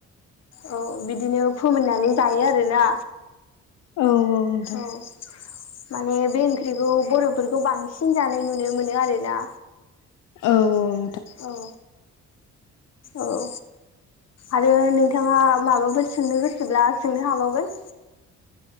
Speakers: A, on the left; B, on the left.
A: औ बिदिनो फोमोनना नै जायो आरोना।
B: औ। नोंथां
A: औ। माने बे ओंख्रिखौ बर'फोरखौ बांसिन जानाय नुनो मोनो आरोना।
B: औ ओं।
A: औ औ। आरो नोंथाङा माबाफोर सोंनो गोसोब्ला सोंनो हाबावगोन।